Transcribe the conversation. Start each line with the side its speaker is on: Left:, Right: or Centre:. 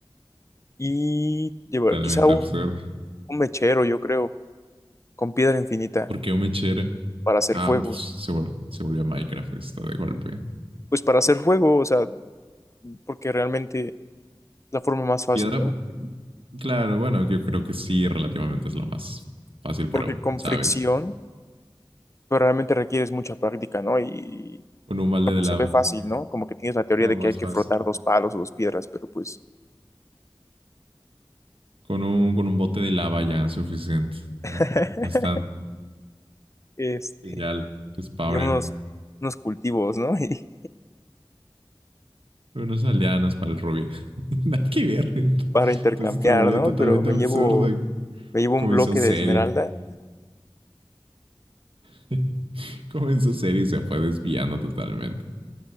Left: y llevo
Right: Totalmente
Left: quizá un,
Right: absurdo.
Left: un mechero, yo creo, con piedra infinita
Right: ¿Por qué un mechero?
Left: para hacer
Right: Ah,
Left: fuego.
Right: pues se, vol- se volvió Minecraft esto de golpe.
Left: Pues para hacer fuego, o sea, porque realmente es la forma más fácil,
Right: Piedra,
Left: ¿no?
Right: claro, bueno, yo creo que sí, relativamente es lo más fácil, pero,
Left: Porque con
Right: ¿sabes?
Left: fricción, pero realmente requieres mucha práctica, ¿no? Y,
Right: Con un balde
Left: por ejemplo,
Right: de lava.
Left: se ve fácil, ¿no? Como que tienes la teoría
Right: No,
Left: de
Right: más
Left: que hay que
Right: fácil.
Left: frotar dos palos o dos piedras, pero pues
Right: Con un, con un bote de lava ya es suficiente,
Left: <laughs>
Right: ¿no? Bastante.
Left: Este,
Right: Y ya l- spawné
Left: y unos, unos cultivos, ¿no? <laughs> Y
Right: unas aldeanas para el ruby <laughs> Nada que ver. Entonces
Left: para intercambiar,
Right: se volvió
Left: ¿no?
Right: totalmente
Left: Pero me
Right: absurdo.
Left: llevo, me llevo
Right: Comenzó
Left: un bloque
Right: serio.
Left: de esmeralda
Right: <laughs> Comenzó serio y se fue desviando totalmente.